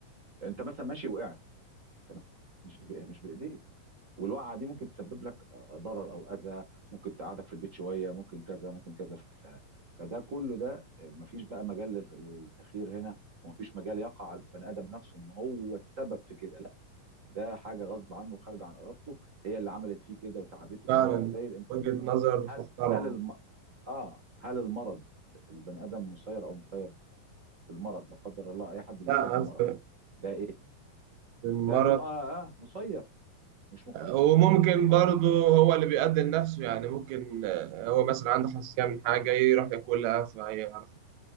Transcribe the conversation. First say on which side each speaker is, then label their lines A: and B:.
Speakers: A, on the right; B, on the right.
A: انت مثلا ماشي وقعت تمام مش ب- مش بايديك والوقعه دي ممكن تسبب لك ضرر او اذى ممكن تقعدك في البيت شويه ممكن كذا ممكن كذا ف- ف- فده كله ده مفيش بقى مجال لل- للتخيير هنا ومفيش مجال يقع على البني ادم نفسه ان هو السبب في كده لا ده حاجه غصب عنه خارجه عن ارادته هي اللي عملت فيه كده وتعبته
B: فعلا
A: و و- زي الانسان
B: وجهة
A: مثلا
B: نظر
A: هل
B: تحترم
A: هل الم- اه هل المرض البني ادم مسير او مخير في المرض لا قدر الله اي حد بيصاب
B: لا
A: بمرض
B: في
A: ده ايه
B: المرض
A: ده بيبقى اه مسير مش مخير
B: وممكن
A: صح
B: برضه
A: ولا
B: هو اللي بيقدم نفسه يعني ممكن آه، هو مثلا عنده حساسية من حاجة
A: لا
B: يروح ياكلها فيعرف